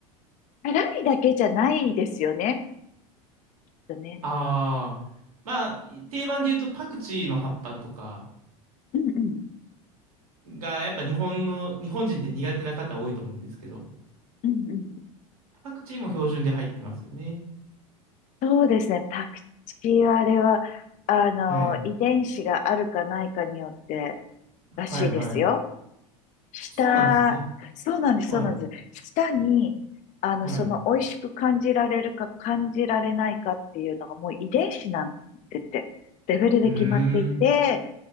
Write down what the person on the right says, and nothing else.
あー、まあ、定番で言うとパクチーの葉っぱとか
が、やっぱ日本の、日本人って苦手な方多いと思うんですけど、
パクチーも標準で入ってますよね。
はい。
はいはい。
そうなんですね。
はい。
はい。
う
ーん。